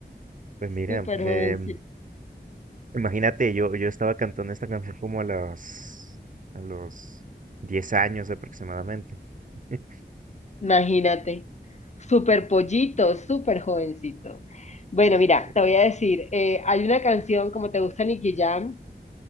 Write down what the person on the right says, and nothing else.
Pues mira,
em,
imagínate, yo, yo estaba cantando esta canción como a los, a los 10 años aproximadamente. <laughs>
Eh,